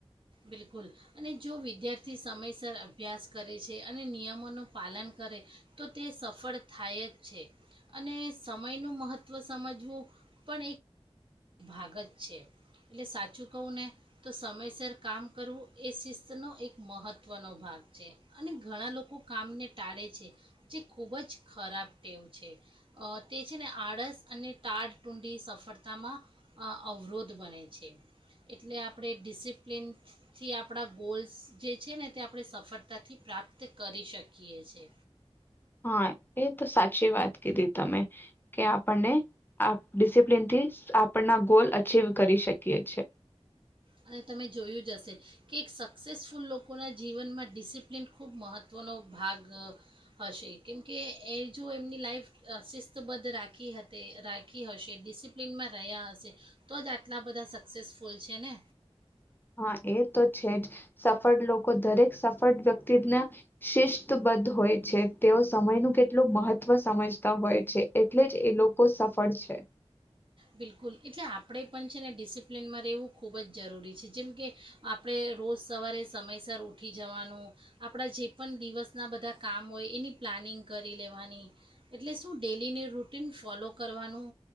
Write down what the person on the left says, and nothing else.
હા એ તો સાચી વાત કીધી તમે કે આપણને આપ ડિસિપ્લિનથી આપણના ગોલ અચીવ કરી શકીએ છે.
હા એ તો છે જ સફળ લોકો દરેક સફળ વ્યક્તિના શિસ્તબદ્ધ હોય છે. તેઓ સમયનું કેટલું મહત્વ સમજતા હોય છે એટલે જ એ લોકો સફળ છે.